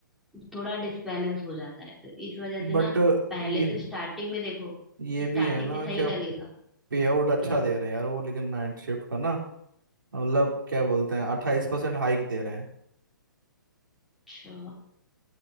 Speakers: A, in the centre; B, on the right.
A: थोड़ा डिसबैलेंस हो जाता है तो इस वजह से
B: बट
A: ना पहले
B: ये
A: तो स्टार्टिंग में देखो
B: ये
A: स्टार्टिंग
B: भी है ना
A: में सही
B: कि आप
A: लगेगा
B: पे आउट अच्छा
A: क्या
B: दे रहे हैं यार वो लेकिन नाइट शिफ्ट का ना मतलब क्या बोलते हैं अट्ठाईस परसेंट हाइक दे रहे हैं
A: अच्छा